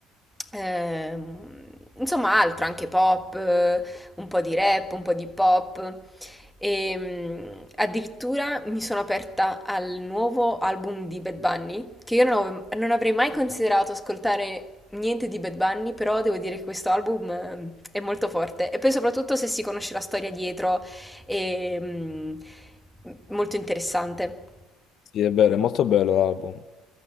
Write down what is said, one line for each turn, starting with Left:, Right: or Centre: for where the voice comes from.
Centre: ehm, Insomma, altro, anche pop, eh, un po' di rap, un po' di pop. E mh, addirittura mi sono aperta al nuovo album di Bad Bunny, che io non, avevo- non avrei mai considerato ascoltare niente di Bad Bunny, però devo dire che questo album eh, è molto forte. E poi soprattutto se si conosce la storia dietro, è mh, molto interessante.
Left: Sì, è vero, è molto bello l'album.